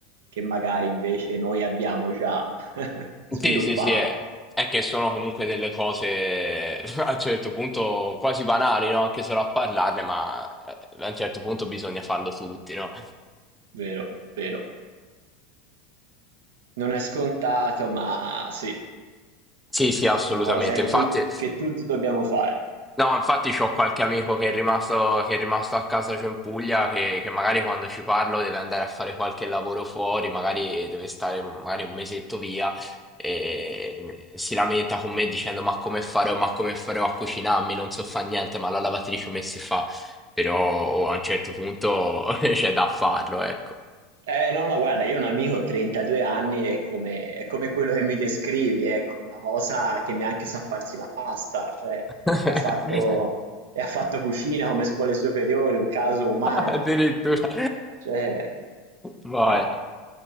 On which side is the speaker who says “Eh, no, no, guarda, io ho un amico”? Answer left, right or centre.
Right